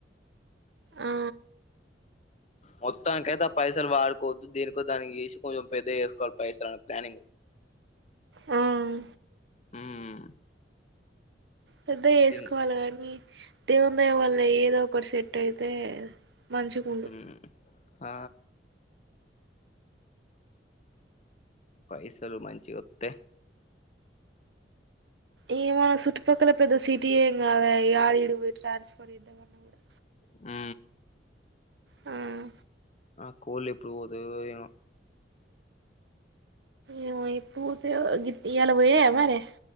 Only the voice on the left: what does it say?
మొత్తానిక అైతే ఆ పైసలు వాడుకోవద్దు దీనికో దానికి చేసి కొంచెం పెద్ద చేసుకోవాలి పైసలు అనే ప్లానింగ్
ఉమ్
తిన్
ఉమ్ ఆ పైసలు మంచి గత్తతే
మ్
ఆ కోల్ ఎప్పుడు పోదు ఏ